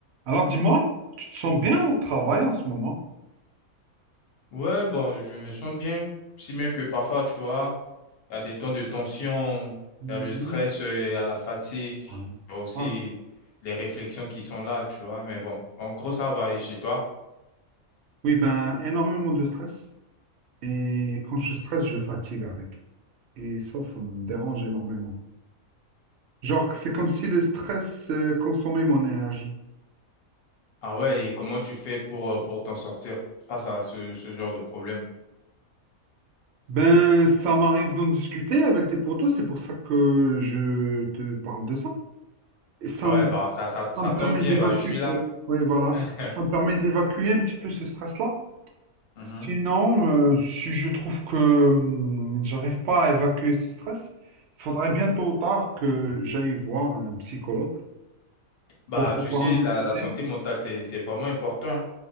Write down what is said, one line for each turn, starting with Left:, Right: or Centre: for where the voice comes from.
Right: Alors dis-moi, tu te sens bien au travail en ce moment?
Left: Ouais, bon, je me sens bien. Si bien que parfois, tu vois, il y a des temps de tension,
Right: Mhm.
Left: il y a le stress, euh, il y a la fatigue,
Right: Ouais.
Left: il y a aussi
Right: Voilà.
Left: les réflexions qui sont là, tu vois. Mais bon, en gros, ça va. Et chez toi?
Right: Oui, ben énormément de stress. Et quand je stresse, je fatigue avec. Et ça, ça me dérange énormément. Genre, c'est comme si le stress euh, consommait mon énergie.
Left: Ah ouais, et comment tu fais pour, euh, pour t'en sortir face à ce, ce genre de problème?
Right: Ben, ça m'arrive d'en discuter avec tes potos, c'est pour ça que je te parle de ça. Et ça
Left: Ouais,
Right: me,
Left: bah, ça, ça, ça
Right: ça me permet
Left: tombe bien,
Right: d'évacuer,
Left: bah, je suis là.
Right: oui, oui, voilà.
Left: <laughs>
Right: Ça me permet d'évacuer un petit peu ce stress-là.
Left: Mhm.
Right: Sinon, euh, si je trouve que euh, j'arrive pas à évacuer ce stress, il faudrait bien tôt ou tard que j'aille voir un psychologue
Left: Bah,
Right: pour pouvoir
Left: tu sais,
Right: en discuter.
Left: la, la santé mentale, c'est, c'est vraiment important.